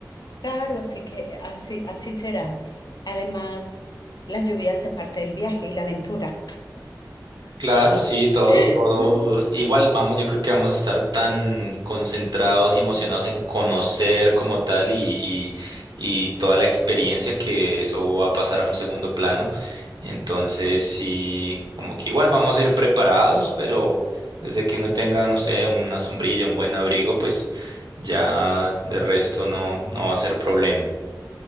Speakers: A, on the left; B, on the right.
A: Claro, así que así, así será. Además, las lluvias se parte del viaje y la aventura.
B: Claro, sí, todo,
A: <laughs>
B: todo. Igual vamos, yo creo que vamos a estar tan concentrados y emocionados en conocer como tal y, y, y toda la experiencia que eso va a pasar a un segundo plano. Entonces, sí, como que igual vamos a ir preparados, pero desde que uno tenga, no sé, una sombrilla, un buen abrigo, pues ya de resto no, no va a ser problema.